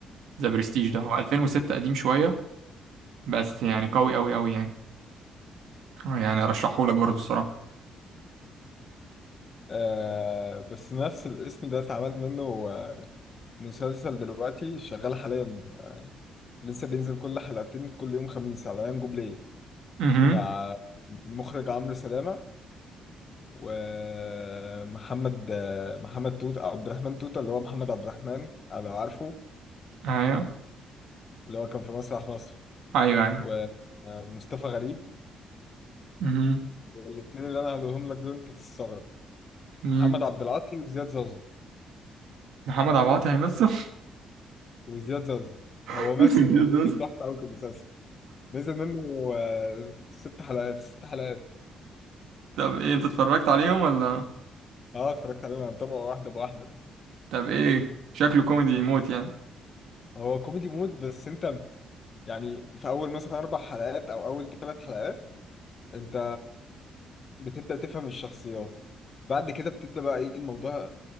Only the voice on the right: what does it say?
ذا برستيج
ده هو 2006 قديم شويه بس يعني قوي قوي قوي يعني يعني ارشحهولك برضه الصراحه
اها
ايوه
ايوه ايوه
اها
مين
محمد عبد العاطي هيمثل
<laughs>
طب ايه انت اتفرجت عليهم ولا
طب ايه شكله كوميدي موت يعني